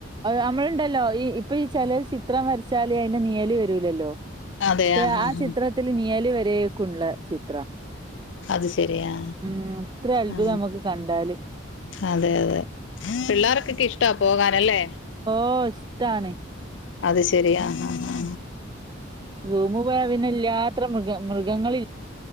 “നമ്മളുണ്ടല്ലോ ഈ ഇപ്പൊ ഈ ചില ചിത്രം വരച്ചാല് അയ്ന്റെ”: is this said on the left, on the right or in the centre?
Right